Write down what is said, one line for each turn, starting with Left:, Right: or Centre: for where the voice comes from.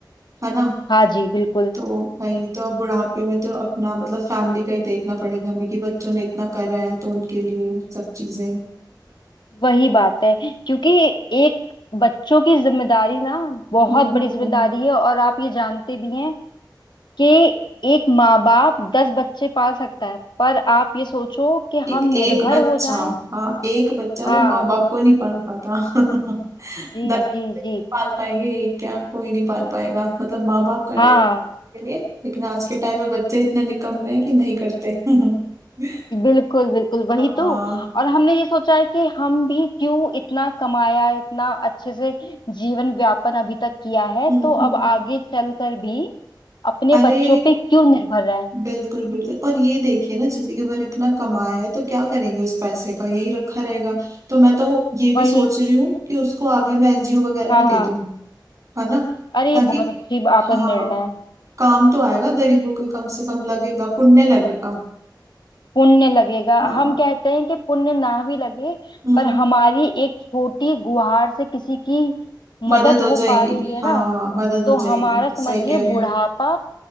Right: है ना
Left: हाँ जी बिल्कुल
Right: तो भाई तो अब बुढ़ापे में तो अपना मतलब फैमिली का ही देखना पड़ेगा हमें कि बच्चों ने इतना करा है तो उनके लिए सब चीजें
Left: वही बात है क्योंकि एक बच्चों की जिम्मेदारी ना बहुत
Right: हम्म हम्म
Left: बड़ी जिम्मेदारी है और आप ये जानते भी हैं कि एक माँ बाप दस बच्चे पाल सकता है पर आप ये सोचो कि
Right: कि
Left: हम
Right: एक
Left: निर्भर
Right: बच्चा
Left: हो जाएं
Right: हाँ एक बच्चा वो
Left: हाँ
Right: माँ बाप को नहीं पाल पाता <laughs>
Left: जी
Right: दस बच्चे
Left: जी
Right: नहीं
Left: जी
Right: पाल पाएंगे एक क्या कोई नहीं पाल पाएगा मतलब माँ बाप कर
Left: हाँ
Right: देते हैं के लिए लेकिन आज के टाइम में बच्चे इतने निकम्मे हैं कि नहीं करते <laughs>
Left: बिल्कुल बिल्कुल वही
Right: हाँ
Left: तो और हमने ये सोचा है कि हम भी क्यों इतना कमाया है, इतना अच्छे से जीवन व्यापन अभी तक किया है
Right: हम्म
Left: तो
Right: हम्म।
Left: अब आगे चलकर भी अपने
Right: अरे
Left: बच्चों पे क्यों निर्भर रहें
Right: बिल्कुल बिल्कुल और ये देखिए ना जिंदगी भर इतना कमाया है तो क्या करेंगे उस पैसे का यही रखा रहेगा तो मैं तो ये भी
Left: वही
Right: सोच रही हूँ कि उसको आगे मैं एनजीओ वगैरह
Left: हाँ
Right: में दे
Left: हाँ
Right: दूँ है ना
Left: अरे
Right: ताकि
Left: ये बहुत अच्छी आपका
Right: हाँ
Left: निर्णय है।
Right: काम तो आएगा गरीबों के कम से कम लगेगा पुण्य लगेगा
Left: पुण्य लगेगा
Right: हाँ
Left: हम कहते हैं कि पुण्य ना भी लगे
Right: हम्म
Left: पर हमारी एक छोटी गुहार से किसी की
Right: मदद
Left: मदद
Right: हो
Left: हो
Right: जाएगी
Left: पा रही है
Right: हाँ
Left: ना
Right: मदद हो
Left: तो
Right: जाएगी
Left: हमारा समझिए
Right: सही कह रहे
Left: बुढ़ापा
Right: हैं